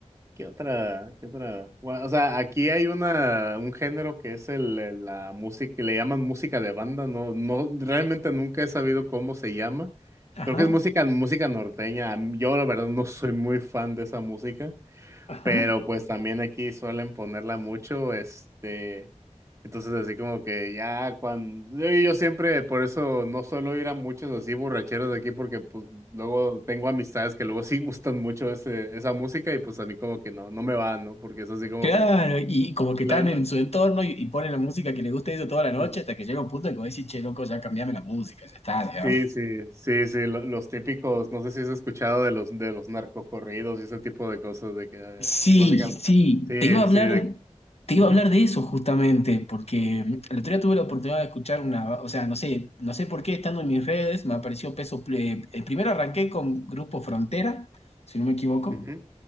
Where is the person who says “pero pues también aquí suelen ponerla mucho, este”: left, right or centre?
Right